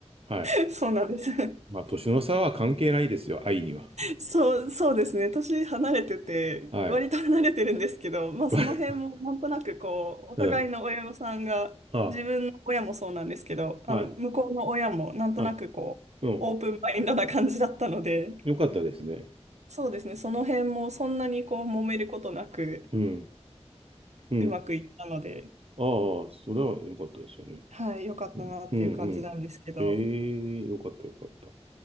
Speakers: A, on the right (about 60°); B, on the right (about 80°).
A: はい。
B: <laughs> そうなんです。
A: まあ、年の差は関係ないですよ、愛には。
B: そう、そうですね。年離れてて、
A: はい。
B: 割と離れてるんですけど、まあその辺もなんとなくこう、
A: <laughs>
B: お互いの親御さんが、
A: うん。あ、
B: 自分の親もそうなんですけど、
A: はい、
B: あの、向こうの親もなんとなくこう、
A: はい。うん。
B: オープンマインドな感じだったので、
A: よかったですね。
B: そうですね。その辺もそんなにこう、揉めることなく、
A: うん。うん。
B: うまくいったので、
A: ああ、それは良かったですよね。
B: はい、良かったなっていう感じなんですけど。
A: うん、うん、うん。ええ、良かった良かった。